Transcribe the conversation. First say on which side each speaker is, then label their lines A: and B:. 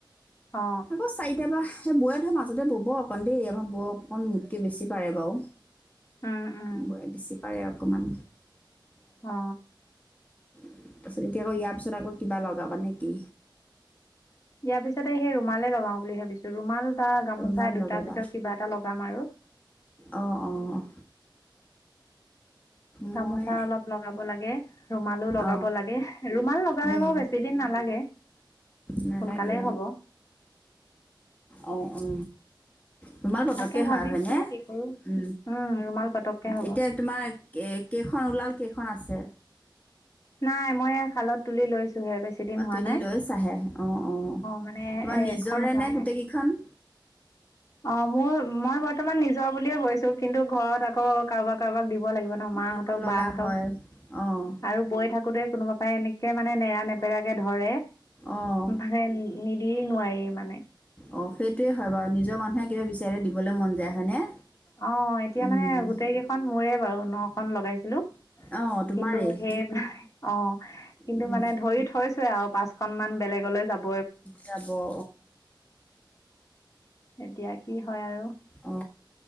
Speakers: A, on the left (about 40°); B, on the left (about 15°).
A: অ
B: আকৌ চাৰিটা পা সেই বৌৱে ধৰা মাজতে ব'ব অকণ দেই আমাৰ বৌ অকণ মোতকে বেছি পাৰে বাও
A: উম উম
B: বৌয়ে বেছি পাৰে আও অকমান
A: অ
B: তাৰপিছত এতিয়া আকৌ ইয়াৰ পিছত আকৌ কিবা লগাবা নে কি?
A: ইয়াৰ পিছতে সেই ৰুমালে লগাও বুলি ভাবিছো ৰুমাল। বা গামোচা
B: ৰুমাল
A: দুটাৰ
B: লগাবা
A: ভিতৰত কিবা এটা লগাম আৰু
B: অঁ অঁ মই
A: গামোচা অলপ লগাব লাগে ৰুমালো লগাব
B: অঁ
A: লাগে ৰুমাল লগালে
B: উম
A: বাৰু বেছি দিন নালাগে সোনকালেই
B: নালাগে
A: হব।
B: অ উ ৰুমাল পতকে
A: তাকে
B: হয়
A: ভাবিছো
B: হয়নে?
A: কি কৰো
B: উ
A: উম ৰুমাল পতককে হ'ব
B: এতিয়া তোমাৰ কেইখন ওলাল কেইখন আছ? যে
A: নাই মই শালত তুলি লৈছোহে বেছি দিন
B: অ
A: হোৱা
B: তুদি
A: নাই
B: লৈ চাহে অ অ।
A: মানে
B: তোমাৰ
A: এ
B: নিজৰে
A: এখন হোৱাই
B: নে গোটেই
A: নাই
B: কেইখন?
A: অ মোৰ মই বৰ্তমান নিজৰ বুলিয়ে বৈছো কিন্তু ঘৰত আকৌ কাৰোবাক কাৰোবাক দিব লাগিব নহ মাহঁতক
B: দিব লগা
A: বাহঁতক
B: হয় অঁ
A: আৰু বৈ থাকোতে কোনোবা পায় এনে কে মানে নেৰা নেপেৰাকে ধৰে।
B: অঁ
A: ভালে নিদ- দি নোৱাৰি মানে।
B: অ সেইটোৱেই হয় বাৰু নিজৰ মানুহে কিবা বিচাৰিলে দিবলৈ মন যায় হয়নে?
A: অ এতিয়া
B: উম
A: মানে গোটেই কেইখন মোৰে বাৰু নখন লগাইছিলো
B: অঁ তোমাৰেই
A: কিন্তু সে অ, কিন্তু
B: উম
A: মানে ধৰি থৈছোঁ। আৰু পাঁচখনন মান বেলেগলৈ যাব-
B: যাব অ
A: এতিয়া কি হয় আৰু
B: অ